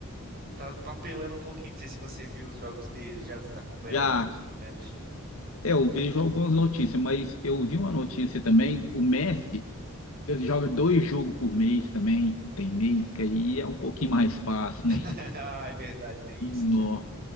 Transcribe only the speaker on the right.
Tá papelando um pouquinho. Não sei se você viu os jogos dele já, se tá acompanhando
alguns, pelo menos.
<laughs>
Ah, é verdade, tem
isso, né?